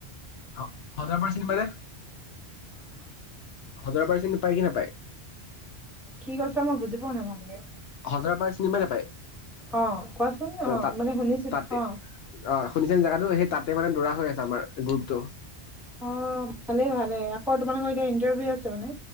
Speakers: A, on the left; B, in the centre.
A: অ হাজাৰ পা চিনি পাই নে হাজাৰ পাৰ্চেণ্ট পায় কি নাপায়
B: কি কৈছা মই বুজি পোৱা নাই ভালকে
A: হজৰা পাৰ চিনিমাই নাপায়
B: অ' কোৱাচোন
A: অ তাত
B: মানে শুনিছো
A: তাতে
B: অ'।
A: অ শুনিছে জেগাটো সেই তাতে মানে দৌৰা হৈ আছে আমাৰ গ্ৰুপটো।
B: অ' ভালেই ভালে তোমালোকৰ এতিয়া ইণ্টাৰভিউ আছে মানে